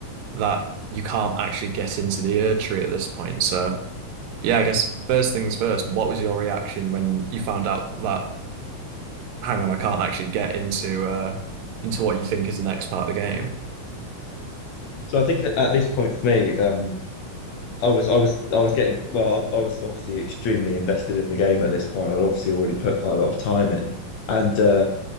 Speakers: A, on the right (about 80°); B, on the left (about 70°).
A: that you can't actually get into the Erdtree at this point. So yeah, I guess first things first, what was your reaction when you found out that? hang on, I can't actually get into uh into what you think is the next part of the game.
B: So I think at, at this point for me, um, I was I was I was getting well, I, I was obviously extremely invested in the game at this point. I'd obviously already put quite a lot of time in, and uh,